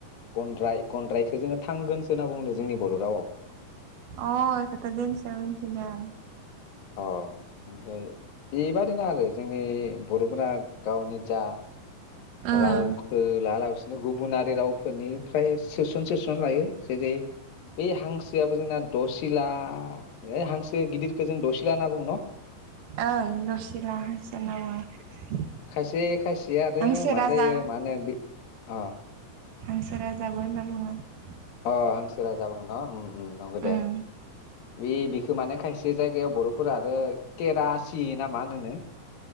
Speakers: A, on the left; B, on the right.
A: गनद्राय-गनद्रायखो जोङो थांगोनसो होनना बुंदों जोंनि बर' रावाव
B: अ इखोथ' दिनैसो आं मिथिदों।
A: अ ओमफ्राय बेबायदिनो आरो जोंनि बर'फोरा गावनि जा
B: ओं
A: राव खो ला ला गुबुनारि रावफोरनिफ्राय सोसन सोसन लायो जेरै बे हांसोआबो जोंना दसिला हांसो गिदिरखौ जों दसिला होनना बुङो न?
B: ओं दसिला हांसो होनना बुङो।
A: खायसे खायसे आरो
B: हांसो
A: मा
B: राजा
A: जायो मा होनो बे अ
B: हांसो राजा होननाबो बुङो।
A: अ हांसो राजा बुङो न' ओ ओ नंगौ दे
B: ओम
A: बे बिख माने खायसे जायगायाव बर'फोरा आरो केरासि मा होनोनो।